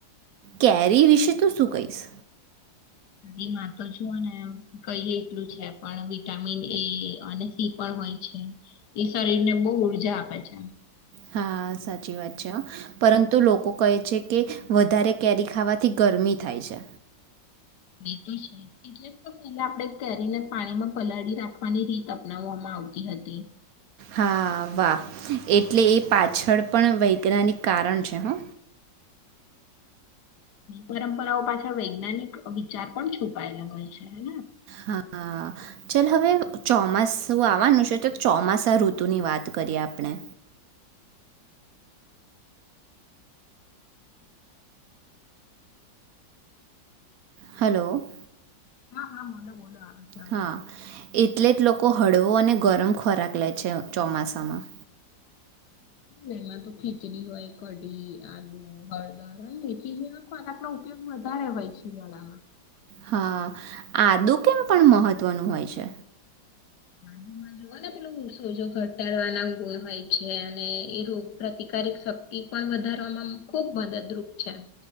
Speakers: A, on the right; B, on the left.
A: કેરી વિશે તો શું કહીશ?
B: એમાં તો જો ને કહીએ એટલું છે, પણ વિટામિન એ અને સી પણ હોય છે, એ શરીર ને બહુ ઊર્જા આપે છે.
A: હા, સાચી વાત છે. પરંતુ લોકો કહે છે કે, વધારે કેરી ખાવાથી ગરમી થાય છે.
B: એતો છે, એટલે પહેલા આપણેે કેરીને પાણીમાં પલાળી રાખવાની રીત અપનાવવામાં આવતી હતી.
A: હા, વાહ. એટલે એ પાછળ પણ વૈજ્ઞાનિક કારણ છે હં.
B: પરંપરાઓ પાછા વૈજ્ઞાનિક વિચાર પણ છુપાયેલા હોય છે હે.
A: હા, ચાલ. હવે ચોમાસ આવવાનું છે, તો ચોમાસા ઋતુની વાત કરીએ આપણે. હલો.
B: હા, હા, બોલો, બોલો. છે અવાજ.
A: હા, એ. એટલે જ લોકો હળવો અને ગરમ ખોરાક લે છે ચોમાસામાં.
B: ને એમાં તો ખીચડી હોય, કઢી, આદુ, હળદર, મેથી જેવા ખોરાક નો ઉપયોગ વધારે હોય શિયાળામાં.
A: હા, આદુ કેમ પણ મહત્વનું હોય છે?
B: મામાં જોવ ને પેલું સોજો ઘટાડવાના હોય છે, અને એ રોગ પ્રતિકારિક શક્તિ પણ વધારવામાં ખુબ મદદરૂપ છે.